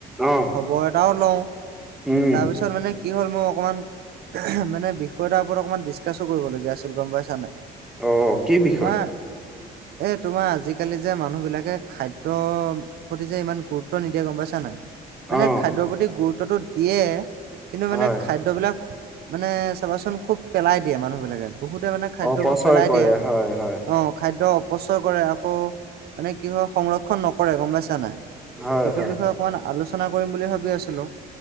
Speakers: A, in the centre; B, on the right.
A: অ
B: খবৰ এটাও লওঁ,
A: উম
B: তাৰপিছত মানে কি হ'ল, মোৰ অকণমান মানে বিষয় এটাৰ ওপৰত অকমান ডিছকাছো কৰিবলগীয়া আছিল। গম পাইছা নাই।
A: অ, কি বিষয়?
B: তোমাৰ এ, তোমাৰ আজিকালি যে মানুহ বিলাকে খাদ্য প্ৰতি যে ইমান গুৰুত্ব নিদিয়ে গম পাইছা নাই। মানে,
A: অ
B: খাদ্যৰ প্ৰতি গুৰুত্বটো দিয়ে, কিন্তু মানে
A: হয়
B: খাদ্য বিলাক মানে চাবাচোন, খুব পেলাই দিয়ে মানুহ বিলাকে। বহুতে মানে খাদ্যবোৰ
A: অপচয়
B: পেলাই
A: কৰে
B: দিয়ে,
A: হয় হয়
B: অ খাদ্য অপচয় কৰে আকৌ মানে কি হয় সংৰক্ষণ নকৰে গম পাইছা নাই।
A: হয়
B: সেইটো
A: হয়
B: বিষয়ে অকণমান আলোচনা কৰিম বুলি ভাবি আছিলোঁ।